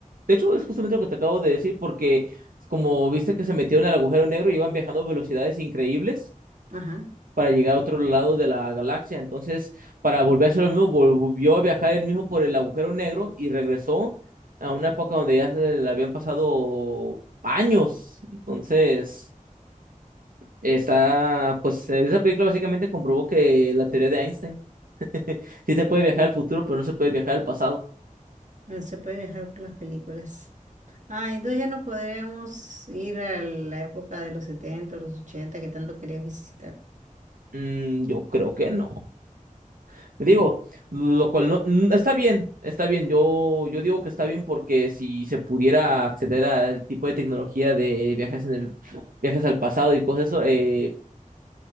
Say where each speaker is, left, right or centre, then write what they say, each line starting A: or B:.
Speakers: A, on the right; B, on the right.
A: De hecho, es justamente lo que te acabo de decir, porque como viste que se metieron al agujero negro y iban viajando a velocidades increíbles
B: Ajá.
A: para llegar a otro lado de la galaxia. Entonces, para volver a hacer lo mismo, volvió a viajar él mismo por el agujero negro y regresó a una época donde ya se le habían pasado años. Entonces, está. Pues esa película básicamente comprobó que la teoría de Einstein. <laughs> Sí se puede viajar
B: Mm.
A: al futuro, pero no se puede viajar al pasado.
B: Bueno, se puede viajar por las películas. Ah, entonces ya no podríamos ir a la época de los 70 los ochenta que tanto querías visitar.
A: Mm, yo creo que no. Digo, lo cual no mm, está bien, está bien. Yo, yo digo que está bien porque si se pudiera acceder al tipo de tecnología de viajes en el viajes al pasado y cosas eso, eh,